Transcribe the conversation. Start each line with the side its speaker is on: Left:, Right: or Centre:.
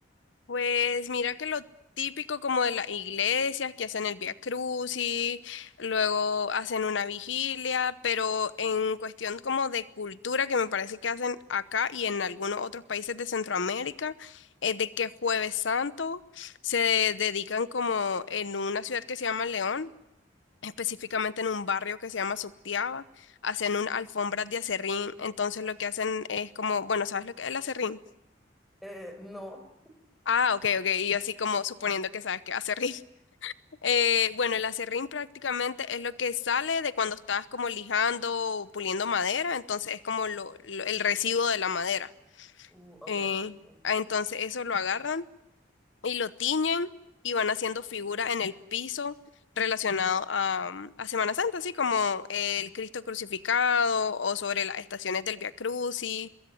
Left: Pues mira que lo típico como de las iglesias que hacen el Vía Crucis, luego hacen una vigilia, pero en cuestión como de cultura que me parece que hacen acá y en algunos otros países de Centroamérica, es de que Jueves Santo se dedican como en una ciudad que se llama León. específicamente en un barrio que se llama Subtiaba, hacen un alfombras de acerrín, entonces lo que hacen es como, bueno, ¿sabes lo que es el acerrín?
Centre: Eh, no.
Left: Ah, ok, ok, y yo así como suponiendo que sabes que es acerrín. <laughs> Eh, bueno, el acerrín prácticamente es lo que sale de cuando estás como lijando o puliendo madera, entonces es como lo, lo- el residuo de la madera.
Centre: Uh, ok,
Left: Eh,
Centre: ok.
Left: ah, entonces eso lo agarran y lo tiñen y van haciendo figuras en el piso relacionado a, mm, a Semana Santa, así como el Cristo crucificado o sobre las estaciones del Via Crucis